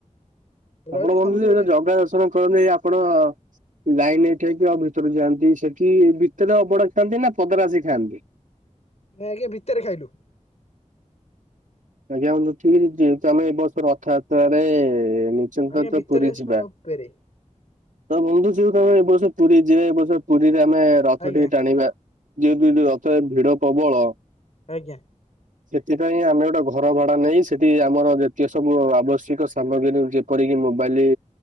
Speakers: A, on the left; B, on the right.
A: ରହିଲୁ
B: ଆପଣ କହନ୍ତି
A: ସମୁଦ୍ରରେ
B: ଜଗା ଦର୍ଶନ କରନି ଆପଣ ଲାଇନ ଏଇଠି ହେଇକି ଆଉ ଭିତରୁ ଯାଆନ୍ତି ସେଠି ଭିତରେ ଅବଡଡ଼ା ଖାଆନ୍ତି ନା ପଦରା ଆସି ଖାଆନ୍ତି।
A: ନାଇଁ ଆଜ୍ଞା ଭିତରେ ଖାଇଲୁ।
B: ଆଜ୍ଞା ହୁ <unintelligible> ଯେହେତୁ ଆମେ ଏ ବର୍ଷ ରଥଯାତ୍ରାରେ ମ <unintelligible>
A: ଆଜ୍ଞା ଭିତରେ
B: ପୁରୀ ଯିବା।
A: ସଭା ଉପରେ
B: ତ ବନ୍ଧୁ ଯଉ ତମେ ଏ ବର୍ଷ ପୁରୀ ଯିବ ଏ ବର୍ଷ ପୁରୀରେ ଆମେ ରଥ
A: ଆଜ୍ଞା
B: ଟିକେ ଟାଣିବା। ଯେହେତୁ ଏ ଯୋଉ ରଥରେ ଭିଡ ପ୍ରବଳ
A: ଆଜ୍ଞା।
B: ସେଥିପାଇଁ ଆମେ ଗୋଟେ ଘର ଭଡା ନେଇ, ସେଠି ଆମର ଯେତେ ସବୁ ଆବଶ୍ୟକ ସାମଗ୍ରୀ ଯେପରିକି ମୋବାଇଲ